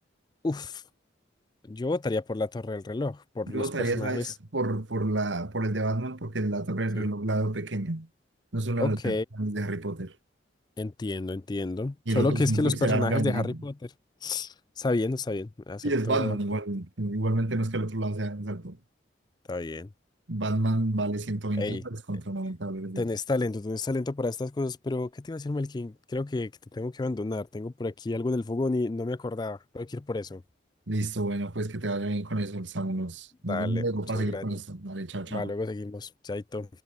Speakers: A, on the left; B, on the right.
A: Uf, yo votaría por la Torre del Reloj, por
B: Yo
A: los
B: votaría,
A: personajes.
B: ¿sabes? Por, por, la, por el de Batman, porque la torre del
A: sí.
B: reloj la veo pequeña. No son las
A: Ok,
B: de Harry Potter.
A: entiendo, entiendo.
B: Y
A: Solo
B: el otro
A: que
B: es
A: es
B: un
A: que
B: pixel
A: los personajes
B: art grandecito.
A: de Harry Potter. Está bien, está bien. Acepto.
B: Y es Batman, igual,
A: tu-
B: igualmente no es que el otro lado sea más alto.
A: Está bien.
B: Batman vale 120
A: Ey,
B: dólares contra 90 dólares. de-
A: tenés talento, tenés talento para estas cosas, pero ¿qué te iba a decir, Melkin? Creo que, que te tengo que abandonar. Tengo por aquí algo del fogón y no me acordaba. Tengo que ir por eso.
B: Listo, bueno, pues que te vaya bien con eso, Samu. Nos,
A: Dale,
B: nos vemos luego
A: muchas
B: para seguir
A: gracias.
B: con esto. Dale, chao, chao.
A: Va, luego seguimos. Chaito.